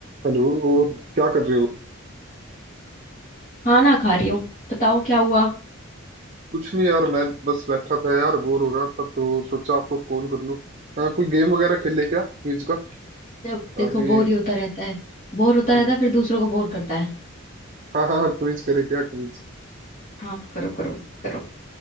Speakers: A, on the right; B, on the left.
A: Hello और क्या कर रहे हो
B: हाँ ना खा रही हूँ बताओ क्या हुआ
A: कुछ नहीं यार मैं बस बैठा था यार बोर हो रहा था तो सोचा आपको कॉल कर लूं अ, कोई गेम वगैरह खेल ले क्या क्विज का
B: जब देखो
A: अभी
B: बोर ही होता रहता है बोर होता रहता
A: हम्म,
B: है फिर दूसरों को बोर करता है
A: हाँ हाँ हाँ क्विज करे क्या क्विज
B: हाँ करो करो करो